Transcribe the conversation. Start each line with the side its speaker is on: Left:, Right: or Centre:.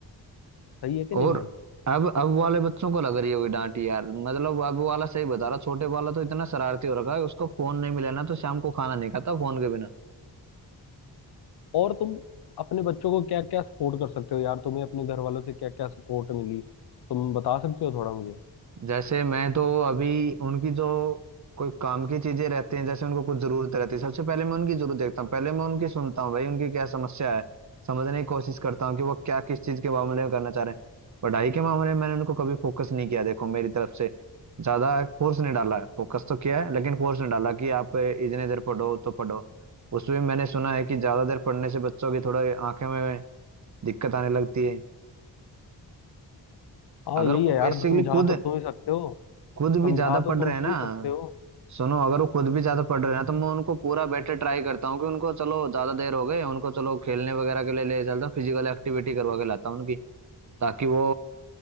Left: सही है कि नहीं
Right: और
Left: भाई
Right: अब अब वाले बच्चों को लग रही होगी डांट यार मतलब अब वाला सही बता रहा छोटे वाला तो इतना शरारती हो रखा है उसको फोन नहीं मिला ना तो शाम को खाना नहीं खाता फोन के बिना
Left: और तुम अपने बच्चों को क्या क्या सपोर्ट कर सकते हो यार तुम्हें अपने घर वालों से क्या क्या सपोर्ट मिली तुम बता सकते हो थोड़ा मुझे
Right: जैसे मैं तो अभी उनकी जो कोई काम की चीजें रहती हैं जैसे उनको कुछ जरूरत रहती है सबसे पहले मैं उनकी जरूरत देखता हूँ पहले मैं उनकी सुनता हूँ भाई उनकी क्या समस्या है समझने की कोशिश करता हूँ कि वो क्या किस चीज के मामले में करना चाह रहे हैं पढ़ाई के मामले में मैंने उनको कभी फोकस नहीं किया देखो मेरी तरफ से ज्यादा फोर्स नहीं डाला है फोकस तो किया है लेकिन फोर्स नहीं डाला कि आप इतने देर पढ़ो तो पढ़ो उसमें मैंने सुना है कि ज्यादा देर पढ़ने से बच्चों की थोड़े आंखें में दिक्कत आने लगती है
Left: हाँ
Right: अगर
Left: यही
Right: वो
Left: है यार
Right: बेसिकली
Left: तो समझा
Right: खुद
Left: तो तुम ही सकते हो
Right: खुद भी
Left: समझा
Right: ज्यादा
Left: तो
Right: पढ़
Left: तुम
Right: रहे हैं ना
Left: ही सकते हो
Right: सुनो अगर वो खुद भी ज्यादा पढ़ रहे हैं तो मैं उनको पूरा बेटर ट्राई करता हूँ कि उनको चलो ज्यादा देर हो गए उनको चलो खेलने वगैरह के लिए ले चलता हूँ फिजिकल एक्टिविटी करवा के लाता हूँ उनकी ताकि वो